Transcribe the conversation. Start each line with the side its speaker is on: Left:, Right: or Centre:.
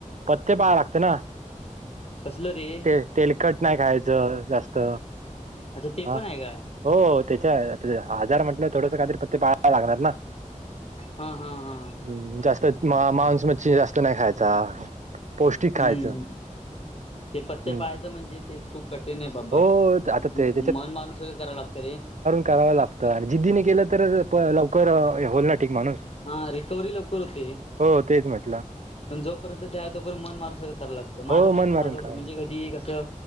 Right: पथ्य पाळाय लागत ना.
Left: कसलं रे
Right: ते तेलकट नाही खायचं जास्त.
Left: अच्छा ते
Right: हा
Left: पण आहे काय
Right: हो त्याच्या आजार म्हंटलं थोडस काहीतरी पथे पाळावा लागणार ना.
Left: हा हा हा
Right: हम् जास्त मांस मछी जास्त नाही खायचा. पौष्टिक
Left: हम्म
Right: खायचं
Left: ते पथ्य
Right: हम्म.
Left: पाळ च म्हणजे ते खूप कठीण आहे बाबा
Right: हो आता
Left: मन
Right: ते
Left: मारून सगळं कराव लागतं रे.
Right: कराव लागतं आणि जिद्दीने केलं तर लवकर होयल ना ठीक माणूस.
Left: हा रिकवरी लवकर होते.
Right: हो तेच म्हटलं.
Left: पण जोपर्यंत ते आहे तोपर्यत मन मारून सगळं कराला लागतं
Right: हो
Left: माझं पण
Right: मन
Left: एकदा
Right: मारून
Left: झालं
Right: करावं
Left: होतं
Right: लागतं
Left: म्हणजे कधी कसं?